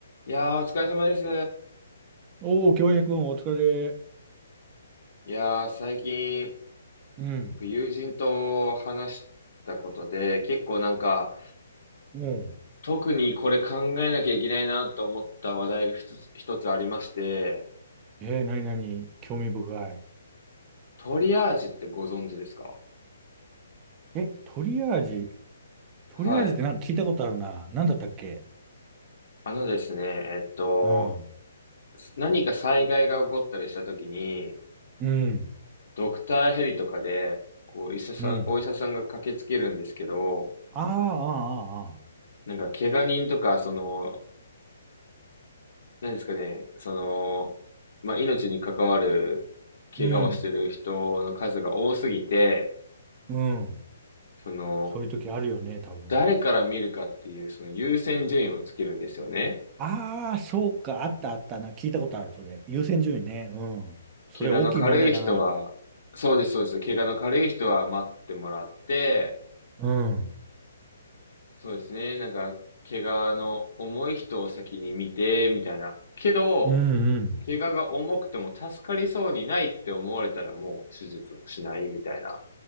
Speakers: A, on the left; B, on the right.
A: いやー、お疲れ様です。
B: おー、京平くん、お疲れ。
A: いやー、最近、
B: うん。
A: 僕、友人と話したことで、結構なんか、
B: うん。
A: 特にこれ考えなきゃいけないなと思った話題が一つ、一つありまして、
B: えー、なになに、興味深い。
A: トリアージってご存知ですか
B: え、トリアージ、トリアージってなんか聞いたことあるな。
A: はい。
B: なんだったっけ
A: あのですね、えっと、
B: うん。
A: 何か災害が起こったりした時に、
B: うん。
A: ドクターヘリとかで、こう、医者さん、
B: うん。
A: お医者さんが駆けつけるんですけど、
B: ああ、ああ、あーあ
A: なんか、怪我人とか、その、何ですかね、その、まあ、命に関わる怪我をしてる人の数が多すぎて、
B: ー。うん。うん。
A: その、
B: そういう時あるよね、多分。
A: 誰から見るかっていう、その優先順位をつけるんですよね。
B: ああ、そうか。あったあったな。聞いたことある、それ。優先順位ね。うん。それ大きい問題だな。
A: 怪我の軽い人は、そうです、そうです。怪我の軽い人は待ってもらって、
B: うん。
A: そうですね、なんか、怪我の重い人を先に見て、みたいな。けど、
B: うんうん。
A: 怪我が重くても助かりそうにないって思われたらもう手術もしないみたいな